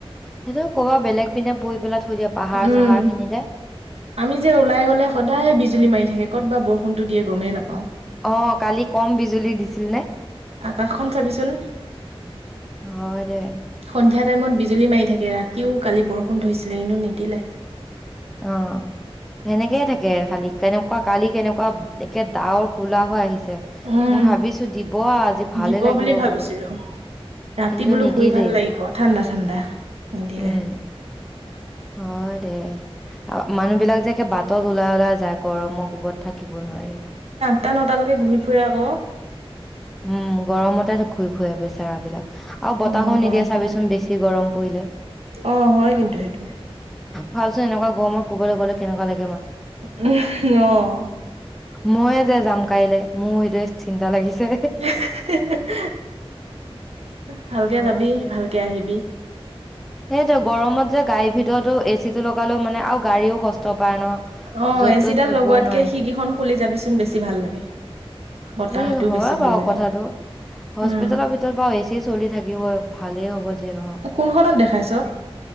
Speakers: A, in the centre; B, on the right.
A: সেইটো কবা বেলেগ পিনে পৰি পেলাই থৈ দিয়ে পাহাৰ
B: উম
A: চাহাৰ খিনি যে
B: আমি যে ওলাই গলে সদায় বিজুলী মাৰি থাকে ক'ত বা বৰষুণতো দিয়ে গমেই নাপাওঁ।
A: অ কালি কম বিজুলী দিছিল নে।
B: আকাশখন চাবিচোন।
A: হয় দে।
B: সন্ধিয়া টাইমত বিজুলী মাৰি থাকে ৰাতিও কালি বৰষুণ ধৰিছিলে কিন্তু নিদিলে
A: অ। সেনেকে থাকে খালি কেনেকোৱা কালি কেনেকোৱা একে ডাৱৰ কোলা হৈ আহিছে
B: উম
A: মই ভাবিছো দিব আ আজি ভালে
B: দিব
A: লাগিব
B: বুলি ভাবিছিলো
A: বোলো
B: ৰাতি
A: কিন্তু
B: বোলো
A: নিদিলেই
B: শুই ভাল লাগিব ঠাণ্ডা- ঠাণ্ডা নিদিলে
A: উম হয় দে মানুহ বিলাক যে একে বাটত ওলাই-ওলাই যায় গৰমক কোবত থাকিব নোৱাৰে।
B: আঠটা-নটালৈকে ঘূৰি ফুৰে আক
A: উম গৰমতে ঘূৰি কয় বেচেৰা বিলাক আৰু বতাহো
B: ইমান গৰমখনত
A: নিদিয়ে চাবিচোন বেছি গৰম পৰিলে
B: অ হয় কিন্তু সেইটো
A: ভাবচোন এনেকোৱা গৰমত কবালৈ গ'লে কেনেকোৱা লাগি
B: উম অহ
A: ময়ে যে যাম কাইলে মোৰ সেইটোৱে চিন্তা লাগিছে
B: এ হুে হুে হুে হু ভালকে
A: হয়
B: যাবি
A: দে
B: ভালকে আহিবি
A: সেইটো গৰমত যে গাড়ীৰ ভিতৰতো এচি টো লগালো মানে আৰু গাড়ীও কষ্ট পায় ন।
B: অহ
A: য'ত
B: এচিডাল
A: ত'ত থবও
B: লগোৱাতকে
A: নোৱাৰি
B: খিকিখন খুলি যাবিচোন বেছি ভাল লাগে বতাহটো
A: এ হয়
B: বেছি
A: বাৰু
B: ভাল লাগে
A: কথাটো হস্পিতেলৰ
B: উম
A: ভিতৰত বাও এ চি চলি থাকিব ভালেই হ'ব যিয়ে নহক
B: কোনখনত দেখাইছ